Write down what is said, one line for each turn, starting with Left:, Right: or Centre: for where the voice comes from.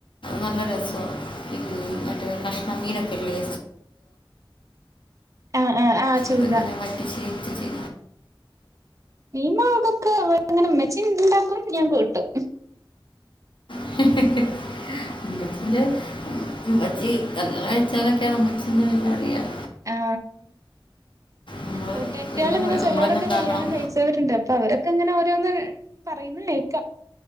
Left: നല്ല രസമാ <unintelligible> മറ്റേ കഷണ മീനൊക്കെല്ലേ
Right: ആ ആ ആഹ് ചൂദാ
Left: അതിങ്ങനെ വറ്റിച്ച് ഇത്തിച്ച്
Right: മീൻവാങ്ങുക്കെ വെട്ടുന്നെന് ഉമ്മെച്ചി ണ്ടാക്കും ഞാൻ കൂട്ടും
Left: <unintelligible>
Right: ഹുഹ്
Left: ഉമ്മച്ചീൻ്റെ ഉമ്മച്ചി നല്ലഅച്ചാറോക്കെയാണ് ഉമ്മച്ചീൻ്റെ എല്ല അറിയാം
Right: ആ
Left: നമ്മൾ
Right: കൂട്ടേത്തിയാൾ
Left: പിന്നെ
Right: ഇങ്ങനെ ചിലരൊക്കെ
Left: നമ്മൾ തന്നെ ഉണ്ടാക്കണം
Right: കല്യാണം കഴിച്ച് ന്നട്ട്ണ്ട് അപ്പൊ അവരൊക്കെ അങ്ങനെ ഓരോന്ന് പറയുന്ന കേക്കാം